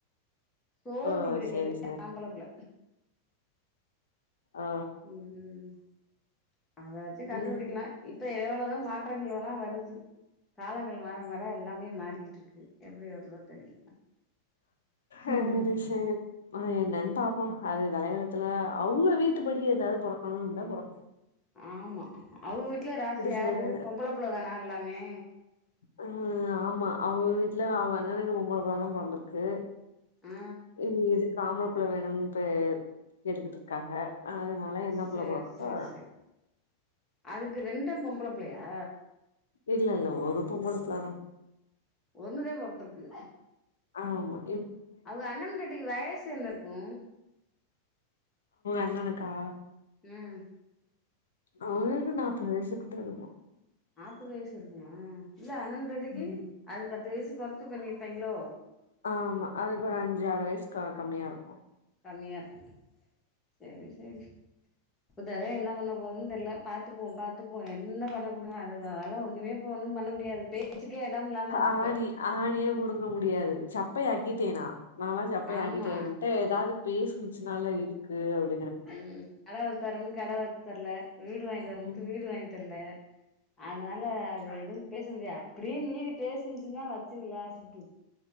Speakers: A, on the left; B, on the left.
A: சோறுதிங்கிற
B: ஓ சேரி
A: கை தா
B: சேரி
A: ஆம்பளப்புள்ள
B: ஆ
A: உம் உம் அத வச்சு கண்டுபிடிக்கலா
B: ம்
A: இப்ப எவ்ளோ தா மாற்றங்கள்ளா வருது காலங் கள் மாற மாற எல்லாமே மாறிக்கிட்டு இருக்கு எப்டி வருதோ தெரில
B: அது
A: ம்
B: செரி ஆ என்னனு பாப்போ அது தலயெழுத்துல அவுக வீட்டு படி ஏதாவது பொறக்கணும்ருந்தா பொறக்கூ
A: ஆமா அவுக வீட்ல ராசி யாரு
B: சைடு
A: பொம்பள புள்ளதானா எல்லாமே
B: ஆஹ் ஆமா அவுக வீட்ல அவுக அண்ணனுக்கு பொம்பளப்புள்ள தா பொறந்துருக்கு
A: ஆ
B: உம் இது <unintelligible> புள்ள வேணும்னுட்டு கேட்டுக்கிட்டு இருக்காங்க அதனால என்ன புள்ள
A: சேரி
B: பொறக்குதோ
A: சேரி சேரி அதுக்கு ரெண்டு பொம்பள பிள்ளையா
B: இல்ல இல்ல ஒரு பொம்பளப் புள்ள தா
A: ஒண்ணுதே பொறந்துருக்கு
B: ஆமா மா
A: அவுங்க அண்ணே பொண்டாட்டிக்கு வயசு என்ன இருக்கு
B: அண்ணணுக்கா
A: உம்
B: அவுங்களுக்கு நாப்பது வயசு கிட்டக்க இருக்கு
A: நாப்பது வயசு இருக்குமா இல்ல அண்ணம் பொண்டாட்டிக்கு
B: ம்.
A: அது பத்து வயசு கொறச்சு பண்ணிருப்பாய்ங்களோ
B: ஆமா அதுக்கு ஒரு அஞ்சு ஆறு வயசு கா கம்மியா இருக்கு
A: கம்மியா இருக்கு செரி செரி இததே என்ன பண்ண போது தெரில பாத்துக்குவோ பாத்துக்குவோ என்ன பண்ண முடியு அதுனால ஒன்னுமே பண்ண மு டியாது பேச்சுக்கே எடம் இல்லாம இருக்கு
B: ஆணி
A: இப்ப
B: ஆணியே புடுங்க முடியாது சப்பைையாக்கிட்டேனா நாலாம் சப்பைையாக்கிட்டேன்
A: ஆமா
B: என்ட்ட ஏதாவது பேசுசினாலே இருக்கு கு
A: ம் கட வச்சு தரோம்னு கட வச்சு தரல வீடு வாங்கி தரம்ட்டு
B: ம்
A: வீடு வாங்கி தர்ல அதனால அது எதுவும் பேச முடியாது அப்படியே மீறி பேசுனிச்சுன்னா வச்சு விலாசிட்ரு